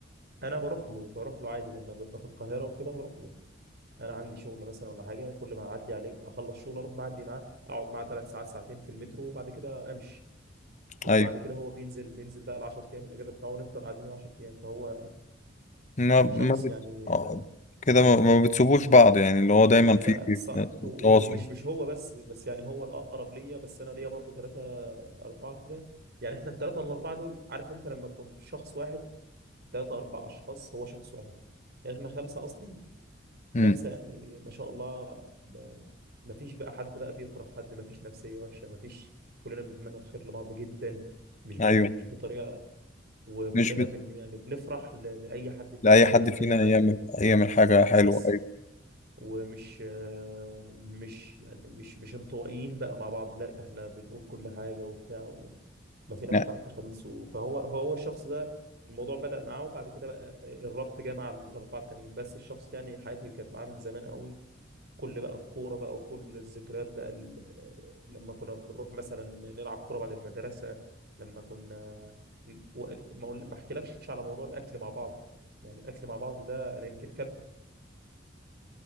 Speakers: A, on the right; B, on the left.
A: انا بروح له بروح له عادي لما ببقى في القاهره وكده بروح له انا عندي شغل مثلا ولا حاجه كل ما اعدي عليه اخلص شغل اروح معدي معاه اقعد معاه ثلاث ساعات ساعتين في المترو وبعد كده امشي وبعد
B: ايوه
A: كده هو بينزل بينزل بقى ال 10 ايام الاجازه بتاعه ونفضل قاعدين ال 10 ايام فهو
B: ما ما
A: شخص
B: بت...
A: يعني
B: آه،
A: آه،
B: كده ما, ما بتسيبوش بعض يعني اللي هو دايما
A: لا
B: في
A: صعب ومش
B: تواصل
A: مش هو بس بس يعني هو الاقرب ليا بس انا ليا برضه ثلاثه اربعه كده يعني احنا الثلاثه الاربعه دول عارف انت لما تكون شخص واحد ثلاثة أربع أشخاص هو شخص واحد يعني إحنا خمسة أصلا
B: امم
A: خمسة يعني ما شاء الله ما ما فيش بقى حد بقى بيكره حد ما فيش نفسية وحشة ما فيش كلنا بنتمنى الخير لبعض جدا مش ب...
B: ايوه
A: مش بطريقة وكلنا
B: مش بت...
A: بن... يعني بنفرح ل... لأي حد فينا
B: لأي
A: بيعمل
B: حد فينا
A: أي حاجة
B: يعمل يعمل حاجة حلوة
A: بس
B: ايوه
A: ومش آه، مش يعني مش مش انطوائيين بقى مع بعض لا ده احنا بنقول كل حاجة وبتاع و... ما فيناش
B: نعم.
A: حد خميسه فهو هو الشخص ده الموضوع بدأ معاه وبعد كده بقى الربط جه مع الأربعة التانيين بس الشخص ده يعني حياتي كانت معاه من زمان قوي كل بقى الكورة بقى وكل الذكريات بقى ال- لما كنا بنروح مثلا نلعب كورة بعد المدرسة لما كنا و- ما أقول- ما احكيلكش على موضوع الأكل مع بعض يعني الأكل مع بعض ده أنا يمكن كلت